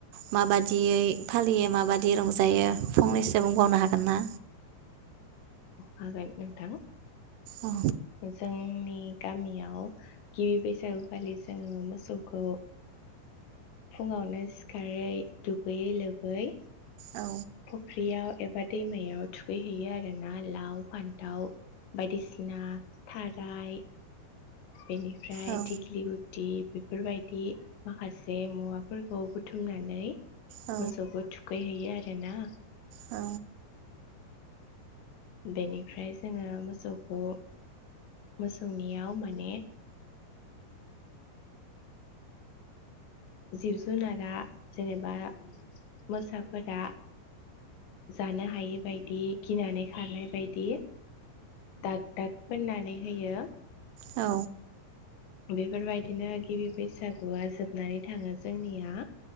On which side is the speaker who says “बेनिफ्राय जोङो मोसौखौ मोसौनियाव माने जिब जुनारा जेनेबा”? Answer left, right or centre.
Left